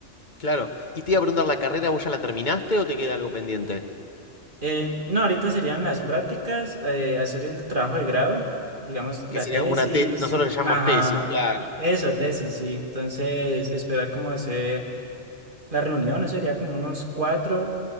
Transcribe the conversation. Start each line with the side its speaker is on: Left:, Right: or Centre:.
Left: Claro. Y te iba a preguntar, ¿la carrera vos ya la terminaste o te queda algo pendiente?
Right: Eh, no, ahorita serían las prácticas, eh, hacer el trabajo de grado, digamos la
Left: Que sería
Right: tesis,
Left: como una tesis, nosotros le llamamos
Right: ajá,
Left: tesis. Claro.
Right: eso, tesis, sí. Entonces, esperar como hacer la reunión, eso sería como unos cuatro,